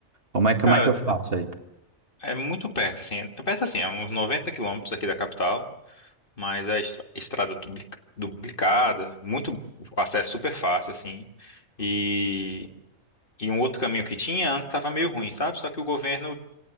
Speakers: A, on the right; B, on the left.
A: Como é, que- como
B: Cara,
A: é que eu faço aí?
B: é muito perto assim. É perto assim, é uns 90 quilômetros aqui da capital. Mas a estra- estrada duplica- duplicada, muito o acesso super fácil, assim. E, e um outro caminho que tinha antes estava meio ruim, sabe? Só que o governo